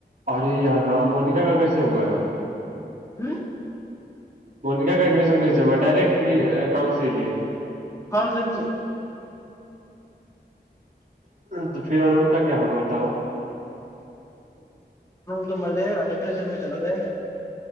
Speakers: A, on the right (about 50°); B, on the left (about 15°).
A: ارے یار ہاں مونکا کا کیسے ہوا ہے
B: ہوں
A: مونیکا کا ایڈمیشن کیسے ہوا ڈارک کہ کونسلگ
B: ہ سن سے
A: تو پھر اور ان کا کیا ہوگا بتاؤ
B: تو مر جائے گا ڈپریشن میں چلا جائے گا <inaudible>